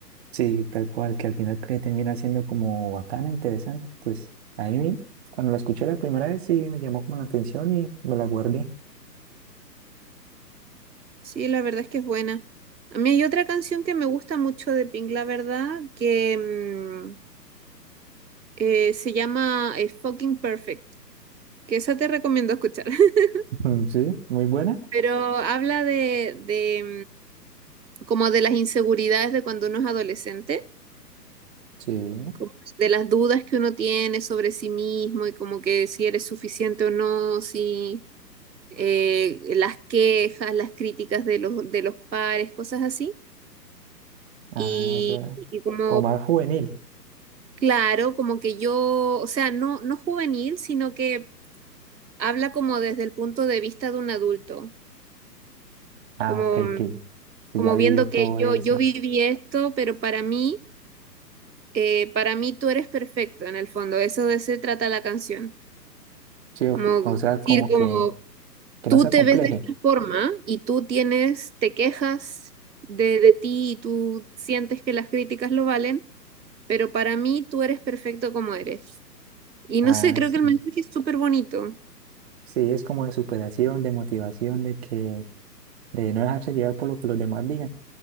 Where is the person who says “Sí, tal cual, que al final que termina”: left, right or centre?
Right